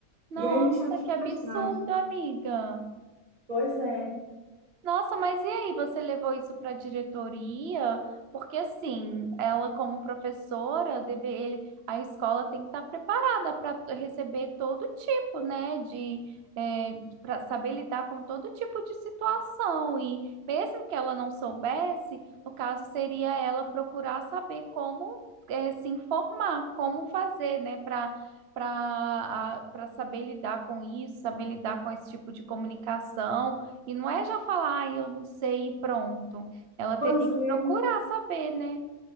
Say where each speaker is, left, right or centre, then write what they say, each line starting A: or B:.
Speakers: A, on the right; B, on the right.
A: nossa,
B: E aí me chateou
A: que absurdo,
B: bastante.
A: amiga.
B: Pois é.
A: Nossa, mas e aí, você levou isso para a diretoria? Porque assim, ela como professora, deve, ele- a escola tem que estar preparada para receber todo tipo, né, de para saber lidar com todo tipo de situação. E mesmo que ela não soubesse, no caso seria ela procurar saber como é, se informar, como fazer, né, para para para saber lidar com isso, saber lidar com esse tipo de comunicação. E não é já falar, ah, eu não sei e pronto. Ela teria
B: Pois é.
A: que procurar saber, né?